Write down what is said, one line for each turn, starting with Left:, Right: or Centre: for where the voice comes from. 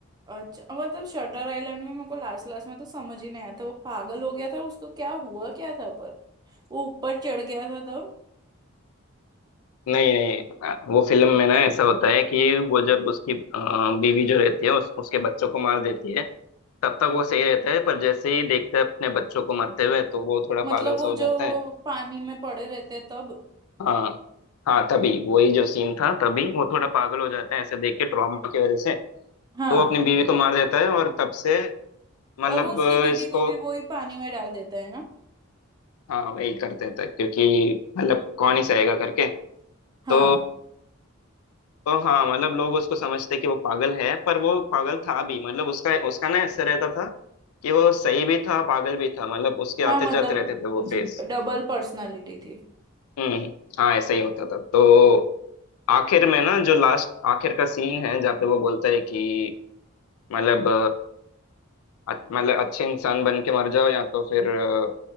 Right: अच्छा मतलब शटर आइलैंड में मेरे को लास्ट लास्ट में तो समझ ही नहीं आया था वो पागल हो गया था उसको क्या हुआ क्या था पर वो ऊपर चढ़ गया था तब
Left: नहीं नहीं वो फिल्म में ना ऐसा होता है कि वो जब उसकी अ, बीवी जो रहती है उस, उसके बच्चों को मार देती है तब तक वो सही रहता है पर जैसे ही देखता है अपने बच्चों को मरते हुए तो वो थोड़ा
Right: मतलब
Left: पागल सा
Right: वो
Left: हो
Right: जो
Left: जाता है
Right: वो पानी में पड़े रहते हैं तब
Left: हाँ हाँ तभी वही जो सीन था तभी वो थोड़ा पागल हो जाता है ऐसे देख के ट्रॉमा की वजह से
Right: हाँ
Left: तो वो अपनी बीवी को मार देता है और तब से मतलब
Right: और वो उसकी
Left: अ,
Right: बीबी
Left: इसको
Right: को भी वही पानी में डाल देता है ना
Left: हाँ वही कर देता है क्योंकि मतलब कौन ही सहेगा करके
Right: हाँ
Left: तो तो हाँ मतलब लोग उसको समझते कि वो पागल है पर वो पागल था भी मतलब उसका उसका ना ऐसे रहता था कि वो सही भी था पागल भी था मतलब उसके आते
Right: हाँ मतलब
Left: जाते रहते थे वो फेज
Right: डबल पर्सनालिटी थी
Left: हम्म हम्म। हाँ ऐसा ही होता था तो आखिर में ना जो लास्ट आखिर का सीन है जहाँ पे वो बोलता है कि मतलब अच- मतलब अच्छे इंसान बन के मर जाओ या तो फिर अ,